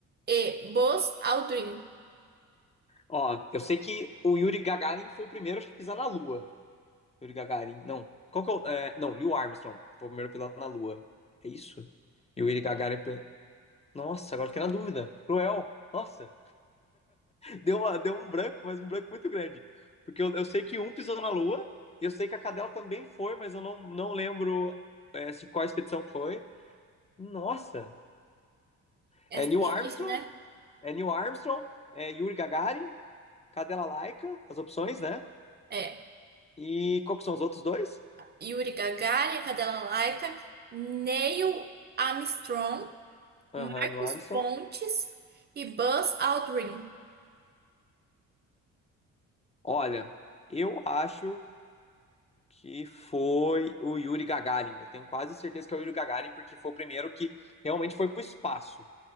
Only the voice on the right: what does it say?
E. Buzz Aldrin.
Essa
é
difícil, né?
É.
Yuri Gagarin, a cadela Laika. Neil Armstrong, Marcos
Pontes e Buzz Aldrin.